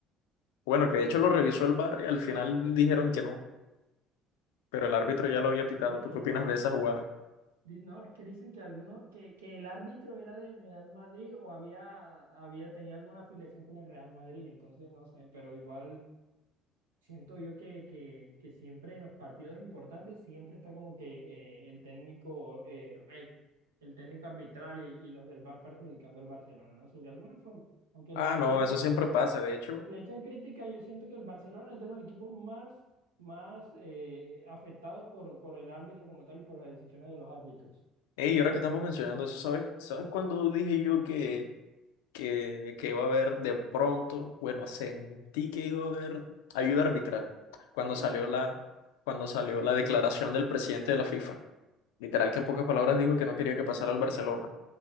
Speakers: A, on the left (about 75°); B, on the right (about 85°).
A: Bueno, que de hecho lo revisó el bar y al final dijeron que no, pero el árbitro ya lo había pitado.
B: dicen-
A: ¿Tú qué opinas de esa
B: <laughs>
A: jugada?
B: di- no, es que dicen que alguno, que, que el árbitro era de Real Madrid o había, había, tenía alguna afiliación con el Real Madrid, entonces no sé, pero igual. Siento yo que, que, que siempre en los partidos importantes siempre está como que eh, el técnico eh, eh, el técnico arbitral y, y los del VAR perjudicando al Barcelona, no sé, de alguna forma, aunque
A: Ah,
B: le echen,
A: no, eso siempre pasa, de hecho.
B: aunque le echen crítica, yo siento que el Barcelona es de los equipos más, más eh, afectados por, por el árbitro como tal y por las decisiones de los árbitros.
A: Ey, y ahora que estamos mencionando eso, ¿sabes? ¿Sabes cuando dije yo que, que, que iba a haber de pronto? Bueno, sentí que iba a haber ayuda arbitral cuando
B: ¿Dónde?
A: salió la, cuando salió la declaración del presidente de la FIFA. Literal que en pocas palabras dijo que no quería que pasara al Barcelona